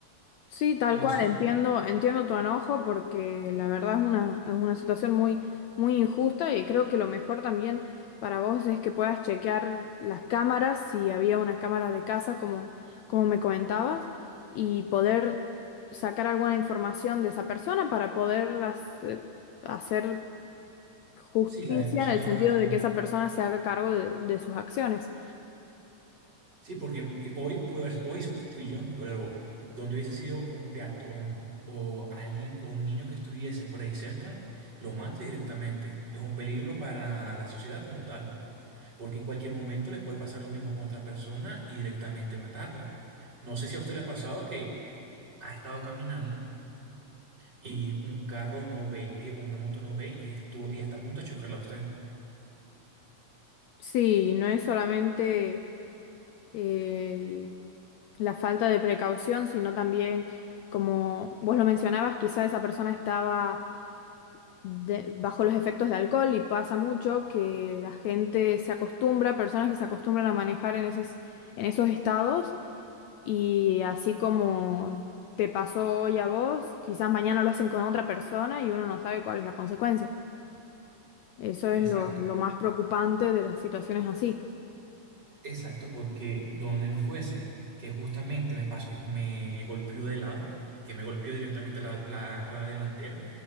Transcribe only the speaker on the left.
Sí, tal
cual,
entiendo, entiendo tu enojo porque la verdad es una, es una situación muy, muy injusta y creo que lo mejor también para vos es que puedas chequear las cámaras, si había una cámara de casa como, como me comentabas, y poder sacar alguna información de esa persona para poder hace- hacer justicia
en el sentido de que esa persona se haga cargo de de sus acciones.
Sí, no es solamente el- la falta de precaución, sino también, como vos lo mencionabas, quizá esa persona estaba de- bajo los efectos de alcohol y pasa mucho que la gente se acostumbra, personas que se acostumbran a manejar en esos, en esos estados y así como te pasó hoy a vos, quizás mañana lo hacen con otra persona y uno no sabe cuál es la consecuencia. Eso
es lo, lo más preocupante de las situaciones así.